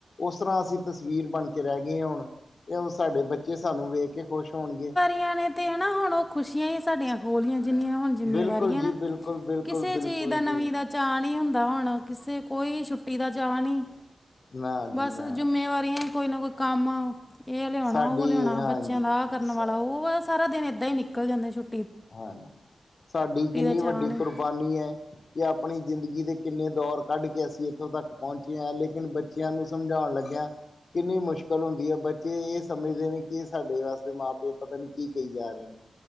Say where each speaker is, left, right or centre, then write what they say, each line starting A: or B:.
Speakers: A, on the left; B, on the left.
A: ਉਸ ਤਰ੍ਹਾਂ ਅਸੀਂ ਤਸਵੀਰ ਬਣ ਕੇ ਰਹਿ ਗਏ ਹੁਣ, ਇਹ ਸਾਡੇ ਬੱਚੇ ਸਾਨੂੰ ਵੇਖ ਕੇ ਖੁਸ਼ ਹੋਣਗੇ।
B: ਇਆ ਨੇ ਤੇ ਹਨਾ ਹੁਣ, ਉਹ ਖੁਸ਼ੀਆਂ ਹੀ ਸਾਡੀਆਂ ਖੋ ਲਈਆ ਜਿੰਨੀਆਂ ਹੁਣ ਜਿੰਮੇਵਾਰੀਆਂ
A: ਬਿਲਕੁਲ ਜੀ
B: ਨਾ,
A: ਬਿਲਕੁਲ ਬਿਲਕੁਲ
B: ਕਿਸੇ
A: ਬਿਲਕੁਲ
B: ਚੀਜ਼ ਦਾ ਨਵੀਂ
A: ਜੀ
B: ਦਾ ਚਾਅ ਨੀ ਹੁੰਦਾ ਹੁਣ, ਕਿਸੇ ਕੋਈ ਛੁੱਟੀ ਦਾ ਚਾਅ ਨੀ।
A: ਨਾ
B: ਬਸ
A: ਜੀ ਨਾ
B: ਜਿੰਮੇਵਾਰੀਆਂ ਕੋਈ ਨਾ ਕੋਈ ਕੰਮ, ਇਹ ਲਿਆਉਣਾ,
A: ਸਾਡੀ
B: ਉਹ ਲਿਆਉਣਾ,
A: ਹਾਂਜੀ
B: ਬੱਚਿਆਂ ਦਾ ਆਹ ਕਰਨ
A: ਸਾ
B: ਵਾਲਾ, ਉਹ ਸਾਰਾ ਦਿਨ ਏਦਾਂ ਹੀ ਨਿਕਲ ਕਲ ਜਾਂਦਾ। ਛੁੱ
A: ਹਾਂ, 'ਸਾਡੀ ਕਿੰਨੀ
B: ਚਾਅ
A: ਵੱਡੀ
B: ਨਹੀਂ
A: ਕੁਰਬਾਨੀ ਹੈ। ਕਿ ਆਪਣੀ ਜ਼ਿੰਦਗੀ ਦੇ ਕਿੰਨੇ ਦੌਰ ਕੱਢ ਕੇ, ਅਸੀਂ ਇੱਥੋਂ ਤੱਕ ਪਹੁੰਚੇ ਹ। ਲੇਕਿਨ ਬੇ ਬੱਚਿਆਂ ਨੂੰ ਸਮਝਾਉਣ ਲੱਗਿਆ ਕਿੰਨੀ ਮੁਸ਼ਕਲ ਹੁੰਦੀ ਹੈ ਬੱਚੇ ਇਹ ਸਮਝਦੇ ਨੇ, ਕਿ ਸਾਡੇ ਵਾਸਤੇ ਮਾਂ ਪਿਓ ਪਤਾ ਨੀ ਕੀ ਕਹੀ ਜਾ ਰਹੇ ਨੇ।